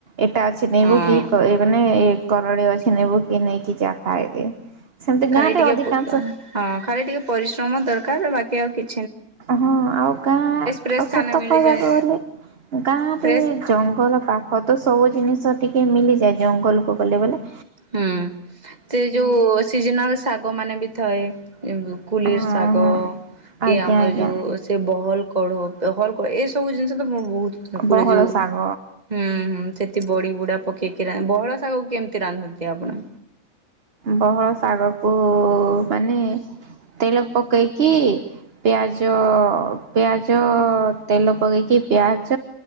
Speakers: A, on the right; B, on the right.
A: ଏଇଟା ଅଛି ନେବୁ
B: ହଁ
A: କି କ ଏ ମାନେ କରଡ଼ି ଅଛି ନେବୁ କି ନେଇକି ଯା ଖାଇଦେ। ସେମିତି
B: ଖାଲି
A: ଗାଁରେ
B: ଟିକେ
A: ଅଧିକାଂଶ
B: ଫୁଟଣ ହଁ ଖାଲି ଟିକେ ପରିଶ୍ରମ ଦରକାର ବାକି ଆଉ କି
A: ହଁ ଆଉ ଗାଁ
B: ଫ୍ରେଶ୍
A: ଆଉ ସତ
B: ଖାନା ମିଳିଯାଏ
A: କହିବାକୁ ଗଲେ ଗାଁରେ
B: ଫ୍ରେଶ୍
A: ଜଙ୍ଗଲ ପାଖ ତ ସବୁ ଜିନିଷ ଟିକେ ମିଲିଯାଏ ଜଙ୍ଗଲକୁ ଗଲେ ବଲେ
B: ହୁଁ ସେ ଯୋଉ ସିଜନାଲ ଶାଗ ମାନେ ବି ଥାଏ। ଉଁ କୁଲେର
A: ହଁ
B: ଶାଗ
A: ହଁ
B: କି
A: ଆଜ୍ଞା
B: ଆମର
A: ଆଜ୍ଞା
B: ଯୋଉ ସେ ବହଲ୍ କଡ଼ ବେହଲକ ଏ ସବୁ ଜିନିଷ ତ ବୋହୁତ ସା ପୁରା
A: ବହଳ
B: ଯୋଉ
A: ଶାଗ
B: ହୁଁ ହୁଁ ସେଠୀ ବଡ଼ି ବୁଡା ପକେଇ କିରା ଏରା ବହଳ ଶାଗକୁ କେମିତି ରାନ୍ଧ କଆପଣ
A: ବହଳ ଶାଗ ଓ ମାନେ ତେଲ ପକେଇକି ପିଆଜ ପିଆଜ ତେଲ ପକେଇକି ପିଆଜ